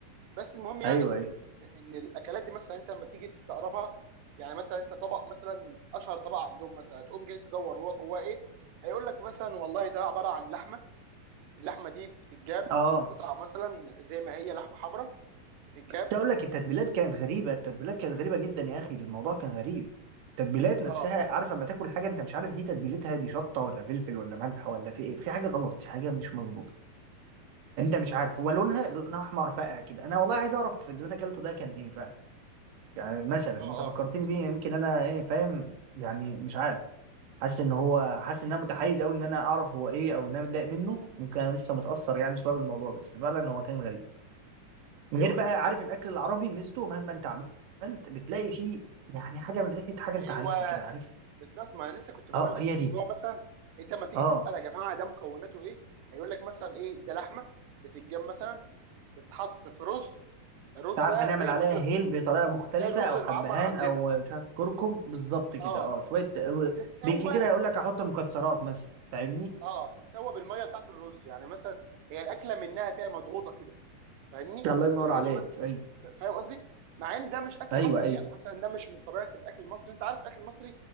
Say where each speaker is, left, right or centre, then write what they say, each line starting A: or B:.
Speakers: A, on the right (about 80°); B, on the right (about 70°).
A: بس المهم يعني
B: ايوه ايوه
A: ان إن الاكلات دي مثلا انت لما تيجي تستقربها يعني مثلا انت طبق مثلا اشهر طبق عندهم مثلا هتقوم جاي تدور هو جواه ايه هيقول لك مثلا والله ده عباره عن لحمه اللحمه دي بتتجاب
B: اه
A: قطع مثلا زي ما هي لحمه حمراء بتتجاب
B: كنت اقول لك التتبيلات كانت غريبه التتبيلات كانت غريبه جدا يا اخي الموضوع كان غريب التتبيلات نفسها
A: اه
B: عارف لما تاكل حاجه انت مش عارف دي تتبيلتها دي شطه ولا فلفل ولا ملح ولا في ايه في حاجه غلط في حاجه مش مظبوطه انت مش
A: مم.
B: عارف هو لونها لونها احمر فاقع كده انا والله عايز اعرف اللي انا اكلته ده كان ايه فعلا يعني مثلا
A: اه
B: انت فكرتني
A: اه
B: بيه يمكن انا ايه فاهم يعني مش عارف حاسس ان هو حاسس ان انا متحيز قوي ان انا اعرف هو ايه او ان انا متضايق منه ممكن انا لسه متاثر يعني شويه بالموضوع بس فعلا هو كان غريب غير
A: ايوه
B: بقى
A: ايوه
B: عارف الاكل العربي ميزته مهما انت عملت بتلاقي فيه يعني حاجه من ريحه حاجه انت
A: ايوه
B: عارفها كده عارف
A: بالظبط ما انا لسه كنت بقول
B: اه
A: لك
B: هي
A: ان
B: دي
A: هو مثلا انت لما تيجي
B: اه
A: تسال يا جماعه ده مكوناته ايه هيقول لك مثلا ايه ده لحمه بتتجاب مثلا بتتحط في رز الرز
B: عارف
A: ده
B: هنعمل
A: زي
B: عليها
A: الرز ال-
B: هيل بطريقه مختلفه
A: زي الرز
B: او
A: المعمر
B: حبهان
A: عندنا
B: او مش عارف كركم بالظبط كده
A: اه
B: اه شويه
A: وتتسوى
B: بكتير هيقول لك احط مكسرات مثلا فاهمني
A: اه تتسوى بالميه بتاعت الرز يعني مثلا هي الاكله منها فيها مضغوطه كده فاهمني
B: الله ينور
A: اللي
B: عليك
A: هو
B: ايوه
A: ف- فاهم قصدي؟ مع ان ده مش اكل
B: ايوه
A: مصري
B: ايوه
A: يعني مثلا ده مش من طبيعه الاكل المصري انت عارف الاكل المصري